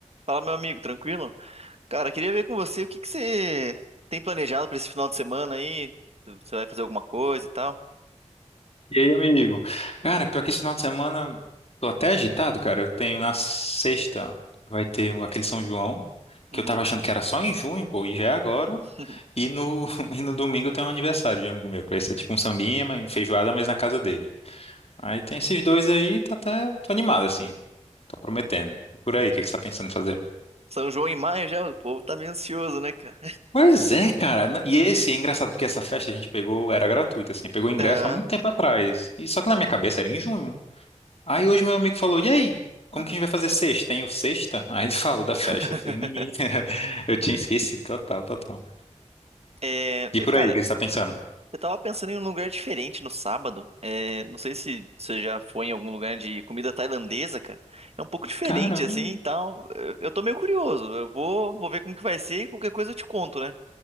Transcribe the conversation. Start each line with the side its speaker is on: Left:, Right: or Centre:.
Right: Fala, meu amigo, tranquilo? Cara, queria ver com você o que que você tem planejado pra esse final de semana aí? Se Você vai fazer alguma coisa e tal?
Left: E aí, amigo? Cara, pior que esse final de semana tô até agitado, cara. Eu tenho na sexta vai ter o- aquele São João, que
Right: Uhum.
Left: eu tava achando que era só em junho, pô, e já é agora.
Right: <laughs>
Left: E no, <laughs> e no domingo eu tenho um aniversário de um amigo meu, que vai ser tipo um sambinha, mas- feijoada, mas na casa dele. Aí tem esses dois aí, tá até, tô animado, assim. Tô prometendo. E por aí, o que que você tá pensando em fazer?
Right: São João em maio já, o povo tá meio ansioso, né, cara?
Left: Pois é, cara. N- E esse é engraçado, porque essa festa a gente pegou, era gratuita, assim, pegou ingresso
Right: Aham,
Left: há muito tempo atrás. E só que na minha cabeça era em junho. Aí hoje meu amigo falou, e aí? Como
Right: aham.
Left: que a gente vai fazer sexta, hein? O sexta? <laughs> Aí ele falou da festa.
Right: <laughs>
Left: Eu falei, menino, <laughs> eu tinha esquecido total, total.
Right: É,
Left: E por
Right: cara,
Left: aí, o que você tá pensando?
Right: eu tava pensando em um lugar diferente no sábado. É, não sei se você já foi em algum lugar de comida tailandesa, cara. É um pouco diferente,
Left: Caramba.
Right: assim, e tal. Eu eu tô meio curioso. Eu vou, vou ver como que vai ser e qualquer coisa eu te conto, né?